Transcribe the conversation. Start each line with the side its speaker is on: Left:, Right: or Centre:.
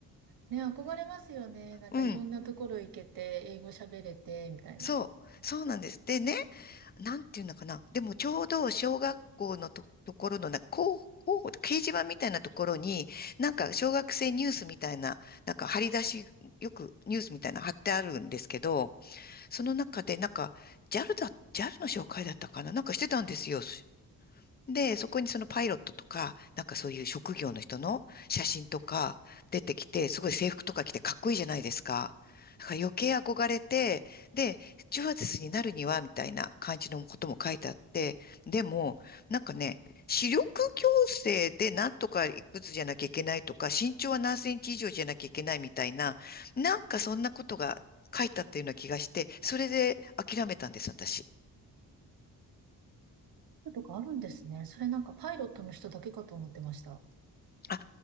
Right: ね、憧れますよね。なんかいろんなところ行けて、
Left: うん。
Right: 英語喋れて、みたいな。
Left: そう。そうなんです。でね、なんていうのかな。でもちょうど小学校のと、ところのな、こう、こう、掲示板みたいなところに、なんか小学生ニュースみたいな、なんか張り出し、よくニュースみたいなの貼ってあるんですけど、その中で、なんか、JAL だ、ジャルの紹介だったかななんかしてたんですよ。で、そこにそのパイロットとか、なんかそういう職業の人の写真とか出てきて、すごい制服とか着てかっこいいじゃないですか。だから余計憧れて、で、スチュワーデスになるには、みたいな感じのことも書いてあって、でも、なんかね、視力矯正でなんとかいくつじゃなきゃいけないとか、身長は何センチ以上じゃなきゃいけないみたいな、なんかそんなことが書いてあったような気がして、それで諦めたんです、私。
Right: とかあるんですね。それなんかパイロットの人だけかと思ってました。
Left: あ、